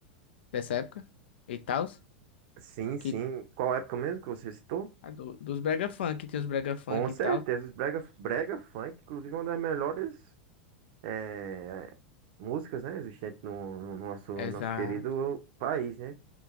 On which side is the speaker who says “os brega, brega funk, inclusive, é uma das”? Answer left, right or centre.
Right